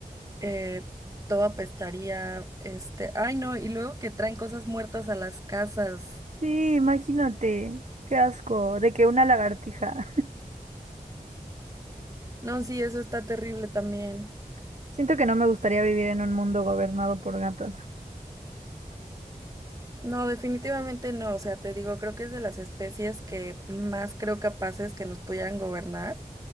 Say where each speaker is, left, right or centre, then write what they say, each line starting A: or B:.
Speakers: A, on the right; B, on the right.
A: eh, todo apestaría, este, ay no, y luego que traen cosas muertas a las casas.
B: Sí, imagínate, qué asco, de que una lagartija.
A: No, sí, eso está terrible también.
B: <laughs> Siento que no me gustaría vivir en un mundo gobernado por gatos.
A: No, definitivamente no, o sea, te digo, creo que es de las especies que más creo capaces que nos pudieran gobernar,